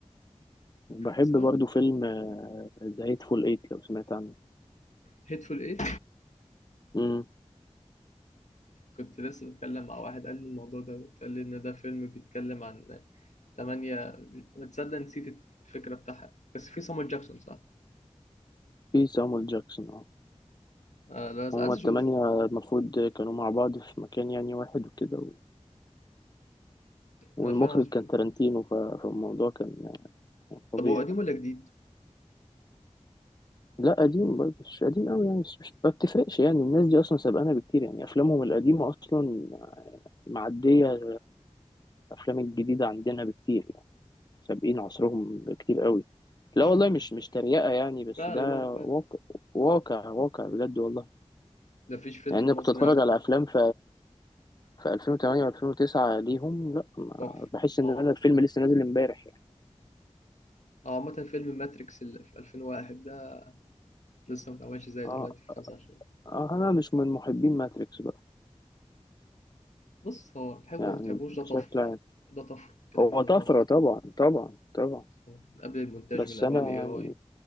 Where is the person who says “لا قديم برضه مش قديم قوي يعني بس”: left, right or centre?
Left